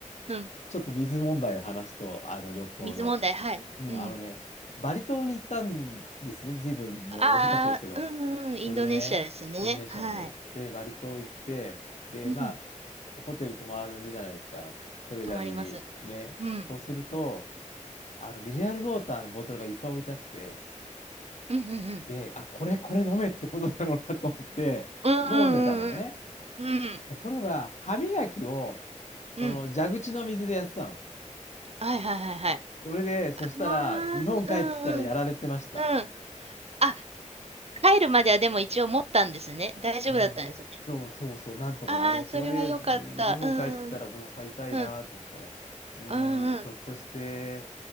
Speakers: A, on the right; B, on the left.
A: うん。
B: ちょっと水問題を話すと、あの旅行の。
A: 水問題、はい。
B: うん、
A: うん。
B: あのね、バリ島に行ったんですね。ずいぶんもう大昔ですけど。
A: ああ、うんうん、
B: それでね、
A: インドネシアですね。
B: インドネシアのね。
A: はい。
B: で、バリ島行って、で、
A: うん。
B: まあ、ホテル泊まるじゃないですか。それなりに。
A: 止まります。
B: ね。
A: うん。
B: そうすると、あの、ミネラルウォーターのボトルがいっぱい置いてあって、
A: うん、うん、うん。
B: で、あ、これ、これ飲めってことだろうなと思って飲んでたのね。
A: うん、うん、うんうん。うん、
B: ところが、歯磨きを、その蛇口の水でやってたの。
A: うん。はい、はい、はい、はい。
B: それで、そしたら、
A: ああ、
B: 日本帰ってきたらやられてました。
A: うん、うん、うん。あ、帰るまではでも一応持ったんですね。大丈夫だったんですね。
B: うん。そうそうそう、なんとかね。
A: ああ、
B: それで、
A: それはよかった。
B: で日本帰ってきたらお腹痛いなと思ったら、
A: うん。うん
B: うーん、
A: うんうん。
B: ひょっとして、